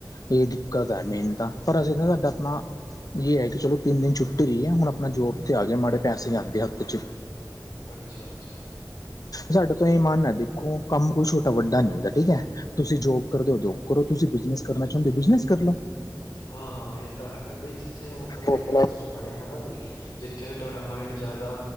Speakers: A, on the left; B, on the left.
A: ਏ ਦਿੱਕਤ ਐ ਮੇਨ ਤਾਂ, ਪਰ ਅਸੀਂ ਨਾ ਸਾਡਾ ਅਪਨਾ ਯੇ ਹੈ ਕਿ ਚਲੋ ਤਿੰਨ ਦਿਨ ਛੁੱਟੀ ਰੀ ਐ ਹੁਣ ਅਪਣਾ ਜੋਬ ਤੇ ਆ ਗੇ ਮਾੜੇ ਪੈਸੇ ਆਂਦੇ ਹਾੱਥ ਚ।
B: ਅੱਛਾ-ਅੱਛਾ।
A: ਸਾਡੇ ਤੋਂ ਏ ਮਨ ਐ ਦੇਖੋ, ਕਾੰਮ ਕੋਈ ਛੋਟਾ-ਵੱਡਾ ਨੀ ਹੁੰਦਾ ਠੀਕ ਐ। ਤੁਸੀ ਜੋਬ ਕਰਦੇ ਓ ਜੋਬ ਕਰੋ, ਤੁਸੀ ਬਿਜ਼ਨਸ ਕਰਨਾ ਚਾਂਦੇ ਓ ਬਿਜਨਸ ਕਰ ਲੋ।
B: ਹਾਂ-ਹਾਂ ਏ ਤਾਂ ਹੈ, ਬਈ ਜਿੱਥੇ ਨੂੰ ਅਪਣਾ
A: ਉਹ
B: ਇੰਟਰਸਟ ਬਣੇ ਹਣਾ ਬਈ। ਜਿੱਥੇ ਨੂ ਤੁਆਡਾ ਮਾਇੰਡ ਜਾਦਾ